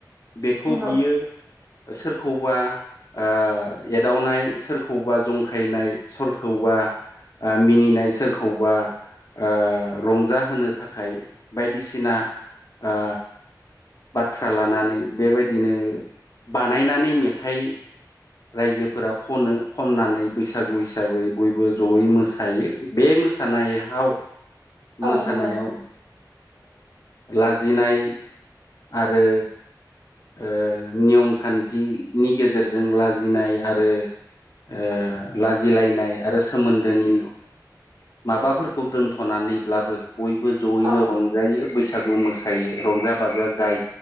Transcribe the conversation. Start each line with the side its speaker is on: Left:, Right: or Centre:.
Left: बेखौ
Right: नंगौ
Left: बियो सोरखौबा ओ एदावनाय सोरखौबा जंखायनाय सोरखौबा मिनिनाय सोरखौबा ओ रंजाहोनो थाखाय बायदिसिना ओ बाथ्रा लानानै बेबायदिनो बानायनानै मेथाइ रायजोफोरा खनो खननानै बैसागु हिसाबै बयबो जयै मोसायो बे मोसानाय हाव मोसानायाव
Right: औ नंगौ नोंथां
Left: ओ लाजिनाय आरो ओ नियम खान्थिनि गेजेरजों लाजिनाय आरो ओ‌ लाजिलायनाय आरो सोमोन्दोनि माबाफोरखौ दोनथ'नानैब्लाबो बयबो जयैनो
Right: औ
Left: रंजायो बैसागु मोसायो रंजा बाजा जाय